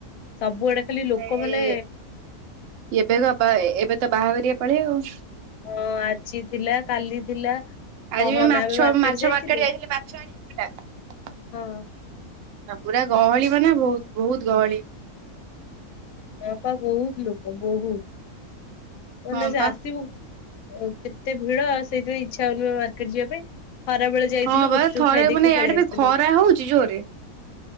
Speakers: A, on the left; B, on the right.
A: ସବୁଆଡେ। ଖାଲି ଲୋକମାନେ
B: ଏ ଏବେ ଏବେ ତ ବାହା କରିବାର ପଳେଇ ଆଉ।
A: ହଁ ଆଜି ଥିଲା କାଲି ଥିଲା। କହନା
B: ଆଜି ବି ମାଛ
A: ଆମେ ମାର୍କେଟ
B: ମାଛ
A: ଯାଇଥିଲୁ
B: ମାର୍କେଟ ଆେ ମାଛ ଆଣିବା ବୁଝିଲା।
A: ହଁ
B: ପୁରା ଗହଳି ମାନ ବହୁତ ବହୁତ ଗହଳି।
A: ହଁ ପା ବହୁତ ଲୋକ ବହୁତ ମାନେ
B: ହଁ
A: ସେ
B: ବା
A: ଆସିବ ଓଉ କେତେ ଭିଡଉ ସେଇଥିପାଇଁ ଇଚ୍ଛା ହଉନି ପା ମାର୍କେଟ ଯିବା ପାଇଁ। ଖରା ବେଳେ ଯାଇଥିଲୁ
B: ହଁ ବା
A: ଗୁପଚୁପ
B: ଥରେ
A: ଖାଇଦେଇକି
B: ମାନେ ଇଆଡେ
A: ପଳେଇ
B: ବି
A: ଆସିଲୁ।
B: ଖରା ହଉଛି ଜୋରେ